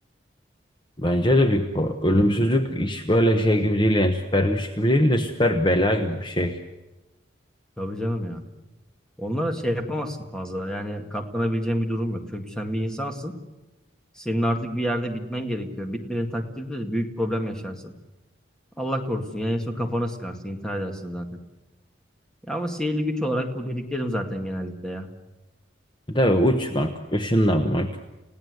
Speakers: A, on the left (about 25°); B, in the centre.
A: bence de büyük bu. Ölümsüzlük iş böyle şey gibi değil yani süper güç gibi değil de süper bela gibi bir şey.
B: Tabii canım ya. Onlara şey yapamazsın fazla. Yani katlanabileceğin bir durum yok. Çünkü sen bir insansın. Senin artık bir yerde bitmen gerekiyor. Bitmediğin takdirde de büyük problem yaşarsın. Allah korusun. Yani en son kafana sıkarsın. intihar edersin zaten. Ya ama sihirli güç olarak bu dediklerim zaten genellikle ya.
A: Bir de uçmak, ışınlanmak,